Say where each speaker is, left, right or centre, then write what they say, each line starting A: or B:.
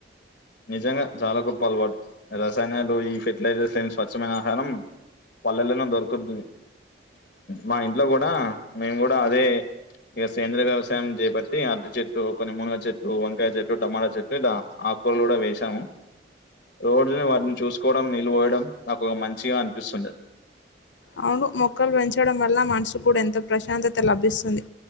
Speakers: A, on the left (about 50°); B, on the left (about 80°).
A: నిజంగా చాలా గొప్ప అలవాట్ రసాయనాలు ఈ ఫెట్ ట్లైజెస్తేన్ స్వచ్ఛమైన ఆహారం పల్లెల్లోనే దొరుకుంది. మా ఇంట్లో గూడా మీ గూడా అదే ఇగా సేంద్రయ వ్యవసాయం జేబ్బటి అర్ధ చెట్టు, కొన్ని మునుగ చెట్లు, వంకాయ చెట్టు, టమాటా చెప్పతే ఇలా ఆక్ కోల్ గూడా వేషాము. రోడ్ని వాటిని చూసుకోవడం నీళ్లు వోయడం నాకు మంచిగా అనిపిస్తుండద్.
B: అవును మొక్కలు వెంచడం వల్ల మనసు కూడా ఎంత ప్రశాంతత లభిసుంది.